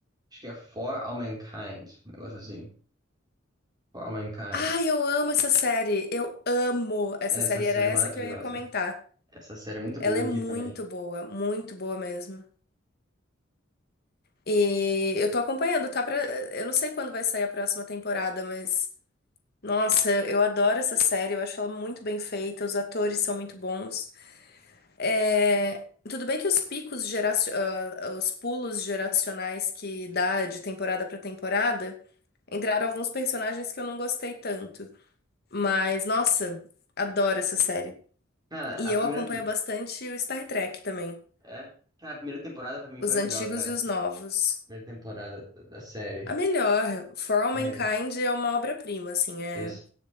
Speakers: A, on the right (about 20°); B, on the left (about 55°).
A: acho que é For All Mankind, um negócio assim. For All Mankind.
B: Ai, eu amo essa série! Eu amo essa
A: Essa
B: série,
A: série
B: era essa
A: é maravilhosa.
B: que eu ia comentar.
A: Essa série é muito
B: Ela
A: boa,
B: é
A: eu
B: muito
A: vi também.
B: boa, muito boa mesmo. E eu tô acompanhando, tá pra... Eu não sei quando vai sair a próxima temporada, mas... Nossa, eu adoro essa série, eu acho ela muito bem feita, os atores são muito bons. É, tudo bem que os picos geraci- ah, os pulos geracionais que dá de temporada pra temporada, entraram alguns personagens que eu não gostei tanto. Mas, nossa, adoro essa série.
A: Cara,
B: E
A: a
B: eu
A: primeira.
B: acompanho bastante o Star Trek também,
A: É, cara, a primeira temporada pra mim
B: os
A: foi a melhor,
B: antigos
A: cara.
B: e os novos.
A: primeira temporada da, da série.
B: A melhor, For All
A: É,
B: Mankind é uma obra-prima, assim, é,
A: isso.